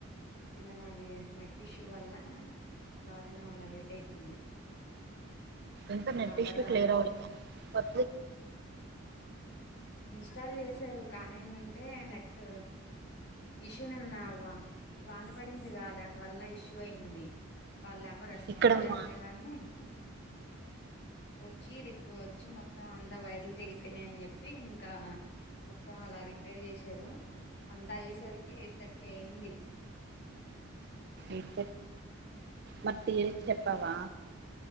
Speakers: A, on the left; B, on the right.
A: నిన్న నాది నెట్ ఇష్యూ వల్ల లాగిన్ అవ్వలా లేట్ అయిపోయింది
B: ఇంకా
A: అలా
B: నెట్
A: అలా
B: ఇష్యు
A: లాగిన్
B: క్లియర్ అవ్వలే ప
A: ఇన్స్టాల్ చేసారు కానీ ఏంటంటే నెట్ ఇష్యూ నిన్న వా వానపడిందిగా దానివల్ల ఇష్యూ అయింది వాళ్ళ ఏమో రెస్పాండ్
B: ఇక్కడ
A: అయ్యర్లే
B: మా
A: గాని వచ్చి రిపే వచ్చి మొత్తం అంతా వైర్లు తెగిపోయినాయని చెప్పి ఇంకా మొత్తం అలా రిపేర్ చేషిరు అంతా ఐయేసరికి ఎయిట్ థర్టీ ఐయ్యింది
B: ఏట్ మట్ ఎరి చెప్పవా